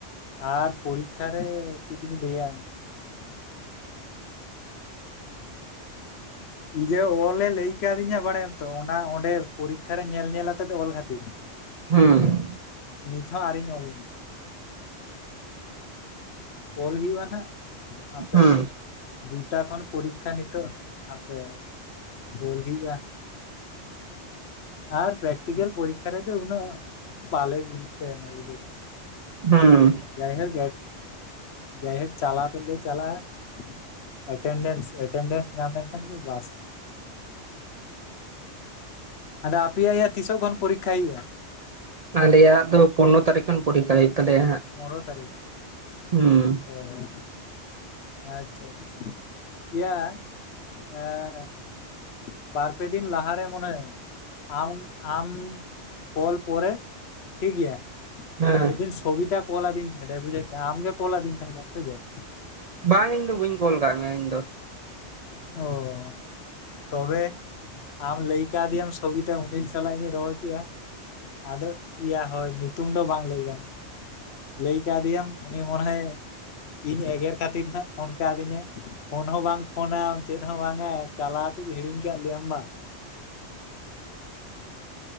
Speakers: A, on the left; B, on the right.
A: ᱟᱨ ᱯᱚᱨᱤᱠᱠᱷᱟ ᱨᱮ ᱪᱮᱫ ᱤᱧ ᱞᱟᱹᱭᱟ ᱤᱭᱟᱹ ᱚᱞᱮ ᱞᱟᱹᱭ ᱠᱟᱫᱤᱧᱟ ᱵᱟᱲᱟᱭᱟᱢ ᱛᱚ ᱚᱱᱟ ᱚᱸᱰᱮ ᱯᱚᱨᱤᱠᱠᱷᱟ ᱨᱮ ᱧᱮᱞ- ᱧᱮᱞ ᱚᱛᱮᱫ ᱚᱞ ᱠᱷᱟᱹᱛᱤᱨ
B: ᱦᱩᱸ
A: ᱱᱤᱛ ᱦᱚᱸ ᱟᱨᱤᱧ ᱚᱞ-ᱟ ᱚᱞ ᱦᱩᱭᱩᱜᱼᱟ ᱱᱟᱜ ᱟᱯᱮ
B: ᱦᱩᱸ
A: ᱫᱩ ᱴᱟ ᱠᱷᱚᱱ ᱯᱚᱨᱤᱠᱷᱟ ᱱᱤᱛᱚᱜ ᱟᱯᱮ ᱚᱞ ᱦᱩᱭᱩᱜᱼᱟ ᱟᱨ ᱯᱮᱠᱴᱤᱠᱮᱞ ᱯᱚᱨᱤᱠᱷᱟ ᱨᱮᱫᱚ ᱩᱱᱟᱹᱜ ᱵᱟᱞᱮ ᱜᱩᱨᱩᱛᱚ ᱮᱱᱟ ᱵᱩᱡ
B: ᱦᱩᱸ
A: ᱡᱟᱭᱦᱳᱠ ᱡᱟᱭᱦᱳᱠ ᱪᱟᱞᱟᱣ ᱛᱮᱫ ᱞᱮ ᱪᱟᱞᱟᱜ- ᱟ ᱮᱴᱮᱱᱰᱮᱱᱥ ᱮᱴᱮᱱᱰᱮᱱᱥ ᱧᱟᱢ ᱞᱮᱱᱠᱷᱟᱱ ᱜᱮ ᱵᱟᱥ ᱟᱫᱚ ᱟᱯᱮᱭᱟᱜ ᱭᱟ ᱛᱤᱥᱚᱠ ᱠᱷᱚᱱ ᱯᱚᱨᱤᱠᱷᱟ ᱦᱩᱭᱩᱜᱼᱟ
B: ᱟᱞᱮᱭᱟᱜ ᱫᱚ ᱯᱚᱱᱱᱚ ᱛᱟᱹᱨᱤᱠᱷ ᱠᱷᱚᱱ ᱯᱚᱨᱤᱠᱷᱟ ᱦᱩᱭᱩᱜ ᱛᱟᱞᱮᱭᱟ ᱦᱟᱸᱜ
A: ᱯᱚᱱᱨᱚ ᱛᱟᱹᱨᱤᱠᱷ
B: ᱦᱩᱸ
A: ᱚ ᱟᱪᱪᱷᱟ ᱟᱪᱪᱷᱟ, ᱤᱭᱟ ᱮᱻᱮ ᱵᱟᱨᱯᱮ ᱫᱤᱱ ᱞᱟᱦᱟᱨᱮ ᱢᱚᱱᱮ ᱦᱚᱭ ᱟᱢ ᱟᱢ ᱠᱚᱞ ᱯᱚᱨᱮ ᱴᱷᱤᱠ ᱜᱮᱭᱟ
B: ᱦᱮᱸ
A: ᱢᱤᱫᱤᱱ ᱠᱚᱵᱤᱛᱟ ᱠᱚᱞ ᱟᱹᱫᱤᱧ ᱛᱟᱸᱦᱮᱜ ᱮ ᱵᱩᱡᱷᱟᱹ ᱠᱮᱜ ᱟᱢ ᱟᱢ ᱜᱮ ᱠᱚᱞ ᱟᱹᱫᱤᱧ ᱛᱟᱦᱮᱱᱟᱢ ᱥᱮ ᱪᱮᱫ?
B: ᱵᱟᱝ ᱤᱧ ᱫᱚ ᱵᱟᱹᱧ ᱠᱚᱞ ᱟᱠᱟᱫ ᱢᱮᱭᱟ ᱤᱧ ᱫᱚ᱾
A: ᱚ ᱛᱚᱵᱮ ᱟᱢ ᱞᱟᱹᱭ ᱠᱟᱣᱫᱮᱭᱟᱢ ᱥᱚᱵᱤᱛᱟ ᱚᱱᱤᱞ ᱥᱟᱞᱟᱜ ᱤᱧ ᱨᱚᱲ ᱠᱮᱜᱼᱟ ᱾ ᱟᱫᱚ ᱤᱭᱟᱹ ᱦᱳᱭ ᱧᱩᱛᱩᱢ ᱫᱚ ᱵᱟᱝ ᱞᱟᱹᱭ ᱜᱟᱱᱚᱜᱼᱟ ᱞᱟᱹᱭ ᱠᱟᱫᱮᱭᱟᱢ ᱩᱱᱤ ᱢᱚᱱᱮᱦᱚᱭ ᱤᱧ ᱮᱜᱮᱨ ᱠᱷᱟᱹᱛᱤᱨ ᱦᱟᱸᱜ ᱯᱷᱳᱱ ᱠᱟᱣᱫᱤᱧᱟᱭ ᱯᱷᱳᱱ ᱦᱚᱸ ᱵᱟᱝ ᱯᱷᱳᱱᱟᱢ ᱪᱮᱫ ᱦᱚᱸ ᱵᱟᱝᱟ ᱪᱟᱞᱟᱣ ᱠᱟᱛᱮ ᱦᱤᱲᱤᱧ ᱠᱟᱜ ᱞᱮᱭᱟᱢ ᱵᱟ